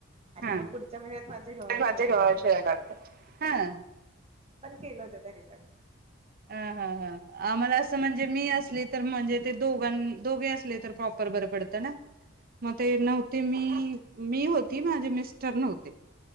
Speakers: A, on the right; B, on the right.
A: आणि
B: हम्,
A: मग पुढच्या महिन्यात माझे डोळ
B: माझे
A: जेवण
B: डोहाळे
A: होतं
B: जेवण होतं, हम्मं.
A: पण केलं होतं तरी पण
B: हा हा हा हा आम्हाला अस म्हणजे मी असली तर म्हणजे ते दोघां दोघे असले तर प्रॉपर बरं पडत <unintelligible> मग ते नऊ ते मी, मी होती माझे मिस्टर नव्हते.